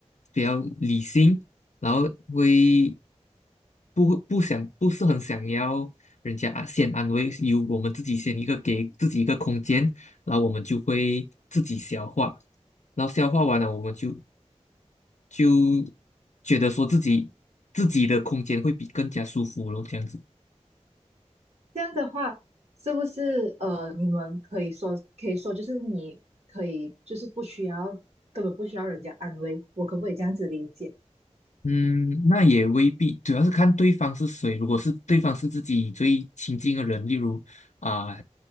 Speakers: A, on the left; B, on the right.
A: 比较理性，然后会不不想不是很想要人家啊先安慰，由我们自己先一个给自己一个空间，然后我们就会自己消化，然后消化完了，我们就就觉得说自己自己的空间会比更加舒服咯，这样子。
B: 这样的话，是不是呃，你们可以说可以说，就是你可以就是不需要，根本不需要人家安慰，我可不可以这样子理解？
A: 嗯，那也未必，主要是看对方是谁。如果是对方是自己最亲近的人，例如啊